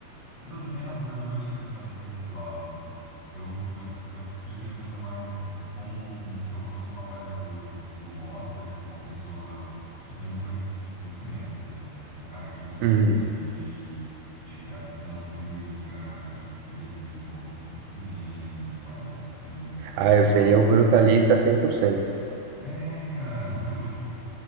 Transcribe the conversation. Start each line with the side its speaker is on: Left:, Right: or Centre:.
Left: Não, você tem razão, eu não tinha pensado por esse lado, assim. Eu, eu, eu fiquei pensando mais, assim, como um, um, se eu fosse um avaliador do, do Oscar, tipo, uma pessoa que tem um conhecimento, tipo, um cinéfilo, né? Tipo, um cara que entende
Right: Uhum.
Left: de, de tradição fílmica, que, que entende do desenvolvimento do cinema e de qualidade fílmica, blá,
Right: Ah,
Left: blá,
Right: eu
Left: blá.
Right: seria o brutalista 100%.
Left: É, cara, então, tipo,